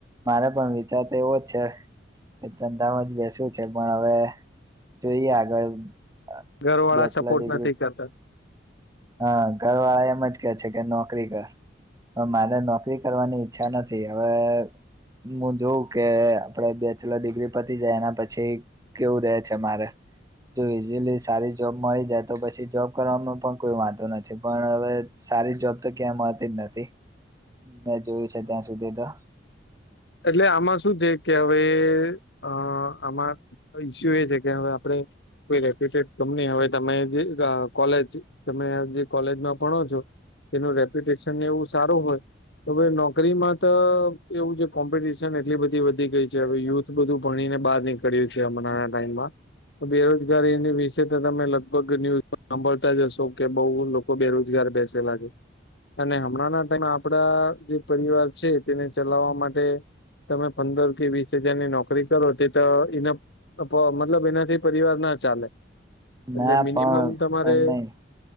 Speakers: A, on the right (about 20°); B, on the left (about 65°).
A: મારે પણ વિચાર તો એવો જ છે એ ધંધામાં જ બેસવું છે પણ હવે જોઈએ આગળ અ
B: ઘર વાળા
A: બેચલર
B: સપોર્ટ
A: ડિગ્રી
B: નથી કરતા
A: હા ઘરવાળા એમજ કે છે કે નોકરી કર. પણ મારે નોકરી કરવાની ઈચ્છા નથી હવે હું જોઉં કે આપડે બેચલર ડિગ્રી પતી જાય એના પછી કેવું રે છે મારે તો ઇઝીલી જોબ મળી જાય તો પછી જોબ કરવાનો પણ કોઈ વાંધો નથી પણ હવે સારી જોબ તો ક્યાંય મળતી જ નથી મેં જોયું છે ત્યાં સુધી તો.
B: એટલે આમાં શું છે કે હવે અ આમાં ઈસ્યુ એ છે કે હવે આપડે કોઈ રેપ્યુટેડ કંપની હવે તમે જે આ કોલેજ તમે જે કોલેજમાં ભણો છો એનું રેપ્યુટેશન એવું સારું હોય તો હવે નોકરીમાં તો એવું છે કોમ્પિટિશન એટલી બધી વધી ગઈ છે હવે યુથ બધું ભણી ને બહાર નીક કરીએ છે હમણાના ટાઈમમાં. બેરોજગારીની વિશે તો તમે લગભગ ન્યુઝ સાંભળતા જ હશો કે બહું લોક કો બેરોજગાર બેસેલા છે અને હમણાંના ટાઈમે આપડા જે પરિવાર છે તેને ચલાવવા માટે તમે પંદર કે વીસ હજારની નોકરી કરો તે તો ઇનફ તો મતલબ એનાથી પરિવાર ના ચાલે એટલે
A: ના
B: મિનિમમ
A: પણ
B: તમારે
A: એમ નહી